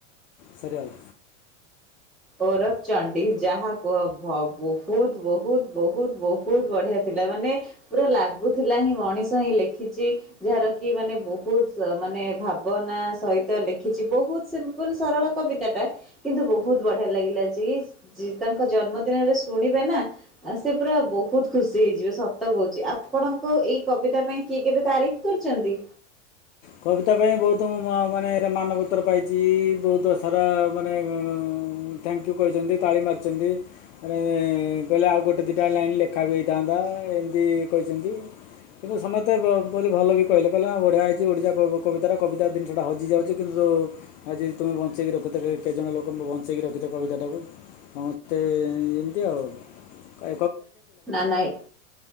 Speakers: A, on the left; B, in the centre.
A: ସରି ଗଲା।
B: ଓରଫ ଚଣ୍ଡୀ ଯାହା କୁହ ବ ବହୁତ ବହୁତ ବହୁତ ବହୁତ ବଢିଆ ଥିଲା ମାନେ ପୁରା ଲାଗୁଥିଲା ହିଁ ମଣିଷ ହିଁ ଲେଖିଛି ଯାହାର କି ମାନେ ବହୁତ ମାନେ ଭାବନା ସହିତ ଲେଖିଛି ବହୁତ ସିମ୍ପୁଲ ସରଳ କବିତା ଟା କିନ୍ତୁ ବହୁତ ବଢି ବଢିଆ ଲାଗିଲା ଯି ଯି ତାଙ୍କ ଜନ୍ମଦିନରେ ଶୁଣିବେ ନା ସେ ପୁରା ବହୁତ ଖୁସି ହେଇଯିବେ ସତ କହୁଛି ଆପଣଙ୍କ ଏଇ କବିତା ପାଇଁ କିଏ କେବେ ତାରିଫ କରିଛନ୍ତି?
A: କବିତା ପାଇଁ ବହୁତ ମୁଁ ମ ମାନେ ରେ ମାନପତ୍ର ପାଇଛି ବହୁତ ସାରା ମାନେ ଅଁ ଥ୍ୟାଙ୍କ ୟୁ କହିଛନ୍ତି ତାଳି ମାରିଛନ୍ତି ମାନେ କହିଲେ ଆଉ ଗୋଟେ ଦିଇଟା ଲାଇନ ଲେଖା ବି ହେଇଥାନ୍ତା ଏମିତି କହିଛନ୍ତି କିନ୍ତୁ ସମସ୍ତେ ବ ବୋଲି ଭଲ ବି କହିଲେ କହିଲେ ଆ ବଢ଼ିଆ ହେଇ ଛି ଓଡ଼ିଶା କବି କବିତା ଟା କବିତା ଦିନିଷଟା ହଜିଯାଉଛି କିନ୍ତୁ ଆଜି ତୁମେ ବଞ୍ଚେଇକି ରଖିଛ କେ କେତେଜଣ ଲୋକ ବଞ୍ଚେଇକି ରଖିଛ କବିତା ଟାକୁ ସମସ୍ତେ ଏ ଏମିତି ଆଉ ଆ
B: ନା ନାଇ